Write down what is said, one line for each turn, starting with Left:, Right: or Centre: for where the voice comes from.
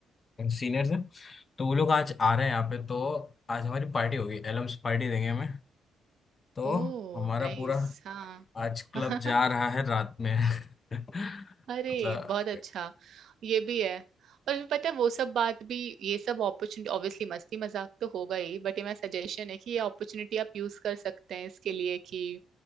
Left: सीनियर्स हैं तो वो लोग आज आ रहे हैं यहाँ पे तो आज हमारी पार्टी होगी एलम्स पार्टी देंगे हमें तो
Right: Oh
Left: हमारा
Right: nice
Left: पूरा
Right: हाँ
Left: आज क्लब
Right: <laughs>
Left: जा रहा है रात में <laughs> मतलब
Right: अरे बहुत अच्छा ये भी है और फिर पता है वो सब बात भी ये सब अपॉर्चुनिटी ऑब्वियसली मस्ती मजाक तो होगा ही बट ये मेरा सजेशन है कि ये अपॉर्चुनिटी आप यूज कर सकते हैं इसके लिए कि